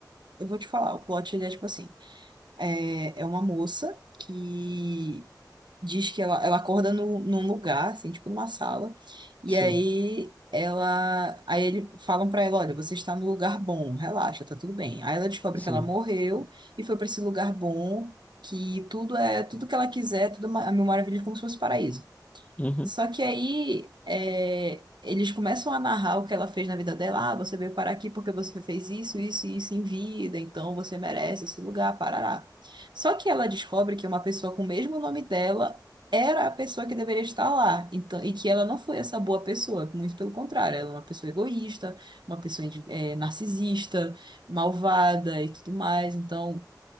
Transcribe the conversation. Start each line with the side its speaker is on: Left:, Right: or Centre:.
Right: eu vou te falar, o plot ele é tipo assim, é, é uma moça que diz que ela, ela acorda no, num lugar, assim, tipo numa sala, e
Left: sim,
Right: aí ela, aí ele falam pra ela, olha, você está no lugar bom, relaxa, tá tudo bem. Aí ela descobre
Left: sim.
Right: que ela morreu e foi pra esse lugar bom, que tudo é, tudo que ela quiser, tudo ma- a mil maravilhas como se fosse paraíso.
Left: Uhum.
Right: Só que aí é, eles começam a narrar o que ela fez na vida dela. Ah, você veio parar aqui porque você fez isso, isso e isso em vida, então você merece esse lugar, parará. Só que ela descobre que uma pessoa com o mesmo nome dela era a pessoa que deveria estar lá. Então, e que ela não foi essa boa pessoa, muito pelo contrário, ela é uma pessoa egoísta, uma pessoa eh, narcisista, malvada e tudo mais. Então